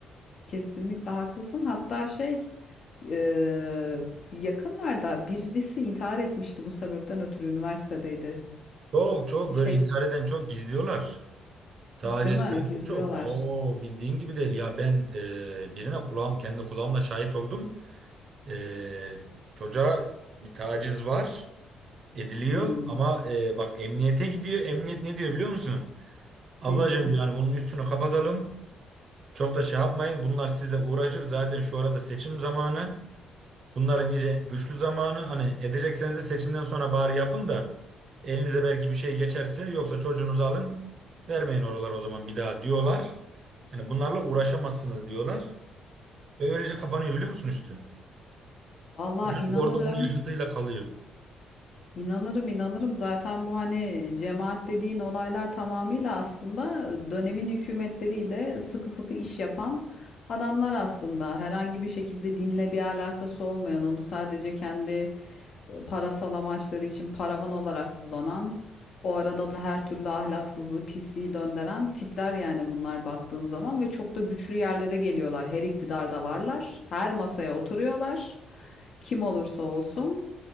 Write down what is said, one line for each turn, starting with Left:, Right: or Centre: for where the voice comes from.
Left: Kesinlikle haklısın. Hatta şey eee, yakınlarda birisi intihar etmişti bu sebepten ötürü üniversitedeydi.
Right: Çok çok
Left: Şey,
Right: böyle intihar eden çok gizliyorlar. Taciz
Left: değil mi?
Right: falan da
Left: Gizliyorlar.
Right: çok. Oo, bildiğin gibi değil. Ya ben e, birine kulağım kendi kulağımla şahit oldum. E, çocuğa bir taciz var. ediliyor
Left: Hmm,
Right: ama e, bak emniyete gidiyor. Emniyet ne diyor biliyor musun? Ablacığım
Left: Ne diyor?
Right: diyor hani bunun üstünü kapatalım. Çok da şey yapmayın. Bunlar sizle uğraşır. Zaten şu arada seçim zamanı. Bunların iyice güçlü zamanı. Hani edecekseniz de seçimden sonra bari yapın da elinize belki bir şey geçerse yoksa çocuğunuzu alın vermeyin oralar o zaman bir daha diyorlar. Hani bunlarla uğraşamazsınız diyorlar. Ve öylece kapanıyor biliyor musun üstü?
Left: Vallahi
Right: O çocuk
Left: inanırım.
Right: orada onu yaşadığıyla kalıyor.
Left: İnanırım inanırım zaten bu hani cemaat dediğin olaylar tamamıyla aslında dönemin hükümetleriyle sıkı fıkı iş yapan adamlar aslında herhangi bir şekilde dinle bir alakası olmayan onu sadece kendi parasal amaçları için paravan olarak kullanan o arada da her türlü ahlaksızlığı pisliği döndüren tipler yani bunlar baktığın zaman ve çok da güçlü yerlere geliyorlar her iktidarda varlar her masaya oturuyorlar kim olursa olsun.